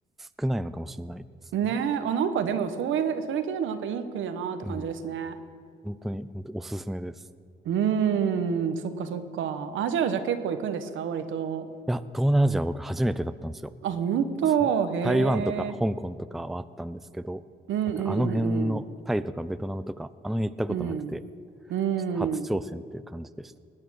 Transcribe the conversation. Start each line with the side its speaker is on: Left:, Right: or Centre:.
Centre: 少ないのかもしれないですね。
Right: あ。ねえ。あ、なんかでも、そういう、それ聞いたらなんかいい国だなって感じですね。
Centre: うん、本当に、本当におすすめです。
Right: うーん、そっかそっか。アジアじゃ結構行くんですか割と。
Centre: いや、東南アジアは僕初めてだったんですよ。
Right: あ、本当、
Centre: そう、
Right: へえ。
Centre: 台湾とか香港とかはあったんですけど、
Right: うんうんうん
Centre: なんかあの辺のタイとかベトナムとか、あの辺行ったことなくて、
Right: うん。うん。
Centre: ちょっと初挑戦っていう感じでした。
Right: うん。